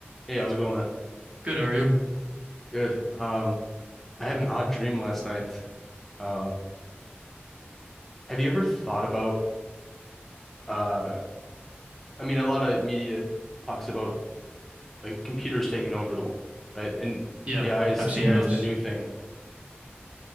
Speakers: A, in the centre; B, on the right.
A: Hey, how's it going, man?
B: Good, are you?
A: Good. Um, I had an odd dream last night. Um, have you ever thought about uh I mean a lot of media talks about like computers taking over the world, right? And
B: Yeah,
A: AI is
B: I've seen
A: AI
B: those.
A: is the new thing.